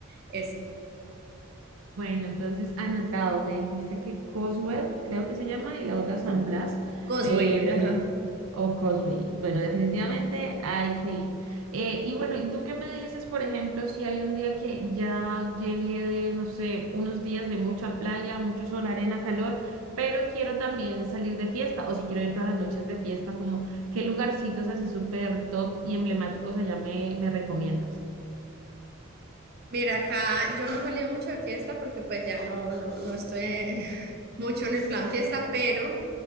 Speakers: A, on the right; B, on the right.
A: Eso.
B: Bueno, entonces anotado, me dijiste que Coswell, creo que se llama, y la otra San Blas,
A: Causeway,
B: eh, defini-
A: ajá.
B: o Cosby. Bueno, definitivamente hay que ir. Eh, y bueno, ¿y tú qué me dices, por ejemplo, si hay un día que ya llegué de, no sé, unos días de mucha playa, mucho sol, arena, calor, pero quiero también salir de fiesta, o si quiero ir todas las noches de fiesta, como qué lugarcitos así súper top y emblemáticos allá me, me recomiendas?
A: Mira, acá yo no he salido mucho de fiesta porque pues ya no, no, no estoy <laughs> eh, mucho en el plan fiesta, pero